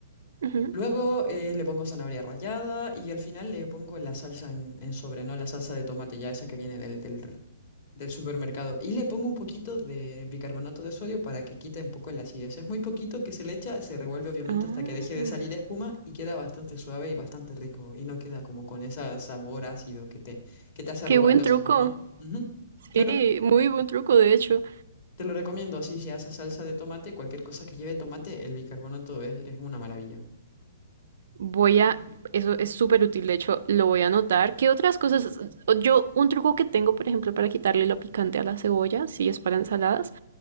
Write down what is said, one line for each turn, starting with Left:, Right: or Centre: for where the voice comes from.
Right: Ujú.
Left: Luego eh, le pongo zanahoria rallada y al final le pongo la salsa en, en sobre, ¿no? La salsa de tomate ya esa que viene del, del, del supermercado. Y le pongo un poquito de bicarbonato de sodio para que quite un poco la acidez. Es muy poquito que se le echa, se revuelve obviamente
Right: Ah,
Left: hasta que deje de salir espuma y queda bastante suave y bastante rico. Y no queda como con ese sabor ácido que te, que te hace
Right: qué
Left: arrugar
Right: buen
Left: los
Right: truco.
Left: ojos, ¿no? Ujú. Claro,
Right: Sí, muy buen truco, de hecho.
Left: te lo recomiendo. Si se hace salsa de tomate, cualquier cosa que lleve tomate, el bicarbonato es es una maravilla.
Right: Voy a, eso es súper útil, de hecho, lo voy a anotar. ¿Qué otras cosas? Yo, un truco que tengo, por ejemplo, para quitarle lo picante a la cebolla, si es para ensaladas,